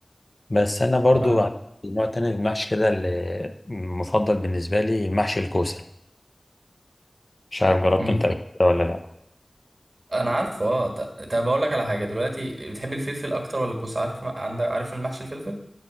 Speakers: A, on the left; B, on the right.
A: بس انا برضو
B: تمام
A: عندي نوع تاني من المحشي كده اللي مفضل بالنسبه لي المحشي الكوسه مش عارف جربته
B: مم.
A: انت قبل كده ولا لا
B: انا عارفه اه ط- طب اقول لك على حاجة دلوقتي بتحب الفلفل اكتر ولا الكوسة عارف عندك عارف المحشي الفلفل